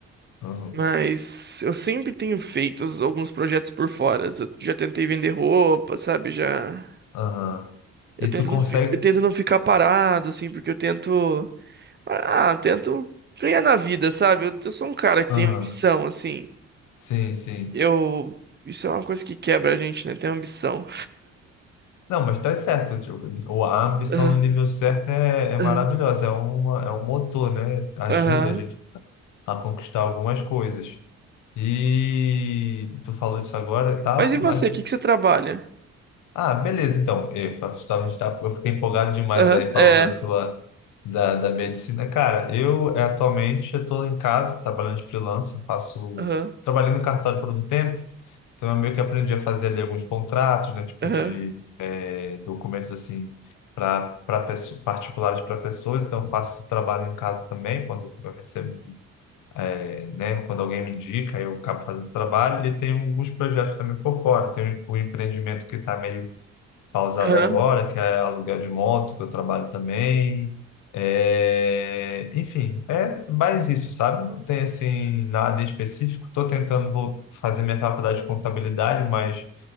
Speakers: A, on the left; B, on the right.
A: Uhum.
B: Mas eu sempre tenho feito os- alguns projetos por fora. Eu já tentei vender roupa, sabe? Já
A: Aham.
B: eu
A: E
B: tento
A: tu consegue...
B: não, fi- eu tento não ficar parado assim, porque eu tento ah, tento ganhar na vida, sabe? Eu, eu sou um cara que
A: Aham,
B: tem ambição assim.
A: Sim, sim.
B: Eu isso é uma coisa que quebra a gente, né? Tem ambição.
A: Não, mas tá certo. tipo, o- A ambição
B: Aham,
A: no nível certo é, é
B: aham,
A: maravilhosa, é, uma, é um motor, né? Ajuda
B: aham.
A: a gente a conquistar algumas coisas. E tu falou isso agora e tal,
B: Mas e você?
A: mas.
B: O que que você trabalha?
A: Ah, beleza, então. Eu, tava- a gente tá- eu fiquei empolgado demais
B: Aham,
A: aí falando
B: é.
A: da sua. Da, da medicina. Cara, eu eh, atualmente eu tô em casa, trabalhando de freelancer, faço.
B: Aham,
A: Trabalhei no cartório por um tempo, então eu meio que aprendi a fazer ali alguns contratos, né? Tipo
B: aham,
A: de eh, documentos assim. para particulares para pessoas, então eu faço esse trabalho em casa também, quando eu recebo é, né? Quando alguém me indica, eu acabo fazendo esse trabalho e tem alguns projetos também por fora. Tem um um empreendimento que está meio pausado
B: aham,
A: agora, que é aluguel de moto, que eu trabalho também. É, enfim, é mais isso, sabe? Não tem assim nada específico. Estou tentando vou fazer minha faculdade de contabilidade, mas